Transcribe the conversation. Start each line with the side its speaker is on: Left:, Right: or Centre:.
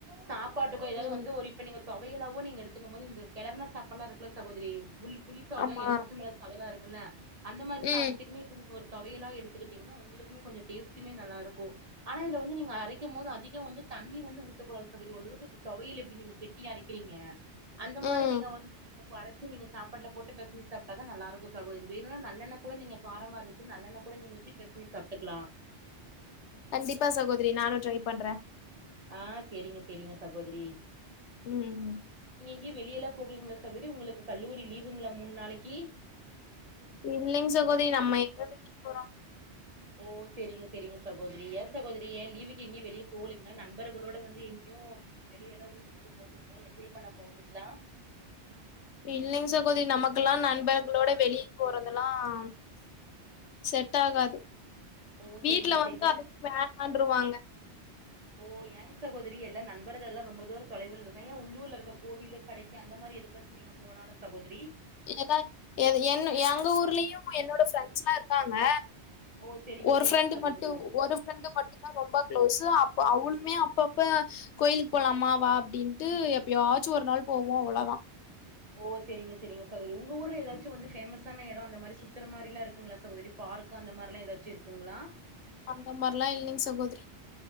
Right: சாப்பாட்டுக்கோ எதாவது
Left: ம்
Right: வந்து ஒரு இப்ப நீங்க தொவையலாவோ நீங்க எடுத்துக்கும் போது இந்த கெளர்ன சாப்பா இருக்கு சகோதரி உள்ள புளி சாதோ
Left: ஆமா
Right: எலுமிச்ச பழ சாதோ இருக்குல்ல அந்த மாரி
Left: ம்
Right: சாதத்துக்குமே நீங்க ஒரு தொவையலா எடுத்துக்கிட்டீங்ன்னா உங்குளுக்குமே கொஞ்சொ டேஸ்டுமே நல்லா இருக்கு ஆனா இதுல வந்து நீங்க அரைக்கும் போது அதிகம் வந்து தண்ணி வந்து ஊத்த கூடாது சகோதரி ஓரளவுக்கு தொவையில் எப்டி நீங்க கெட்டியா அரைக்கிறீங்க அந்த மாரி
Left: ம்
Right: நீங்க வந்து அறச்சு நீங்க சாப்பாட்ல போட்டு பெசஞ்சு சாப்ட்டாதா நல்லா இருக்கு சகோதரி வேணுனா நல்லெண்ண கூட நீங்க காரமா இருந்துச்சு நல்லெண்ண கூட நீங்க ஊத்தி பெசஞ்சு சாப்ட்டுக்லா
Left: கண்டிப்பா சகோதரி நானு ட்ரை பண்ற
Right: ஆ செரிங்க செரிங்க சகோதரி
Left: ம்
Right: ங்கி வெளிய எல்லா போகறீங்களா சகோதரி உங்களுக்கு கல்லூரி லீவுங்ளா மூன் நாளைக்கி
Left: இல்லைங் சகோதரி நம்ம எங்க வெளிய போறோ
Right: ஓ செரிங்க செரிங்க சகோதரி ஏ சகோதரி லீவுக்கு எங்கெயு வெளிய போகலீங்ளா நண்பர்களோட வந்து எங்கேயு னு வெளியெல்லா ஊர் சுத்த போகலீங்ளா என்ஜாய் பண்ண போகலீங்ளா
Left: இல்லைங்க சகோதரி நமக்கெல்லா நண்பர்களோட வெளிய போறதெல்லாம் செட் ஆகாது
Right: ஓ
Left: வீட்ல
Right: சேரிங்க
Left: வந்து
Right: சேரி ஏ
Left: அதுக்கு வேண்டான்ட்ருவாங்க
Right: ஓ ஏங் சகோதரி எல்லா நண்பர்கள் எல்லா ரொம்ப தூர தொலைவில இருக்காங்ளா ஏ உள்ளூர்ல இருக்க கோவிலு கடைக்கு அந்த மாரி எதுக்கு சசு நீங்க போலல்ல சகோதரி
Left: ஏத எ என் எங்க ஊர்லயு என்னோட ஃப்ரெண்ட்ஸ் ல்லா இருகாங்க
Right: ஓ செரிங்க
Left: ஒரு
Right: செரிங்க
Left: ஃப்ரெண்டு
Right: சகோதரி
Left: மட்டு ஒரு ஃப்ரெண்டு மட்டு தா ரொம்ப க்ளோஸு அப்ப அவளுமே அப்பப்ப கோயிலுக்கு போலாமா வா அப்டின்னு ட்டு எப்யாச்சு ஒரு நாள் போவோ அவ்ளோதா
Right: ஓ செரிங்க செரிங்க சகோதரி உங்க ஊர்ல எதாச்சு வந்து ஃபேமஸான எடம் அந்த மாரி சுத்தர மாரிலா இருக்குங்களா சகோதரி பா பார்க்கு அந்த மாரில்லா எதாச்சு இருக்குங்ளா
Left: அந்தமார்லா இல்லீங் சகோதிரி